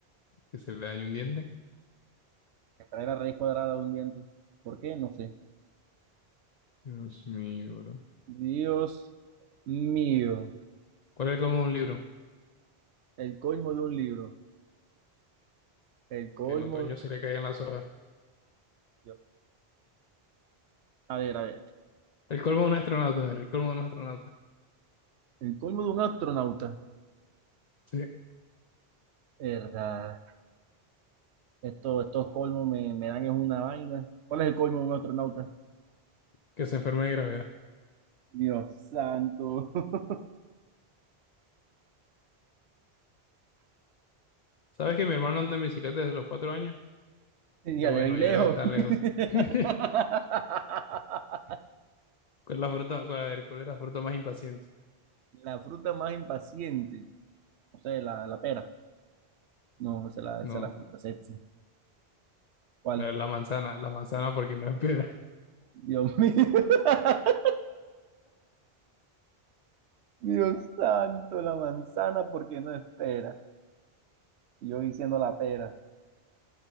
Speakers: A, on the left; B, on the right.
A: que se le dañe un diente.
B: Que trae la raíz cuadrada de un diente. ¿Por qué? No sé.
A: Dios mío, bro.
B: Dios mío.
A: ¿Cuál es el colmo de un libro?
B: El colmo de un libro. El colmo.
A: Que en otoño se le caigan las hojas.
B: Dios. A ver, a ver.
A: El colmo de un astronauta, a ver, el colmo de un astronauta.
B: El colmo de un astronauta.
A: Sí.
B: verdad Esto, estos colmos me, me dan es una vaina. ¿Cuál es el colmo de un astronauta?
A: Que se enferme de gravedad.
B: Dios santo. <laughs>
A: ¿Sabes que mi hermano anda en bicicleta desde los cuatro años?
B: ya
A: Que bueno,
B: de ahí lejos
A: ya debe estar
B: <laughs>
A: lejos. <laughs> ¿Cuál es la fruta? cuál- a ver, ¿cuál es la fruta más impaciente?
B: La fruta más impaciente. No sé, la, la pera. No, esa es la, esa
A: No,
B: es la fruta sexy. ¿Cuál?
A: a ver, la manzana, la manzana porque no espera.
B: Dios mío. <laughs> Dios santo, la manzana, ¿por qué no espera? Y Yo diciendo la pera,